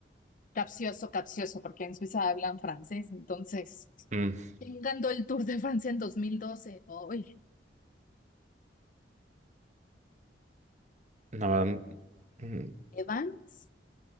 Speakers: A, on the left; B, on the right.
A: Capcioso, capcioso, porque en Suiza hablan francés, entonces.
B: Mm,
A: ¿Quién ganó el Tour de Francia en 2012? Oye,
B: no, mm,
A: ¿Evans?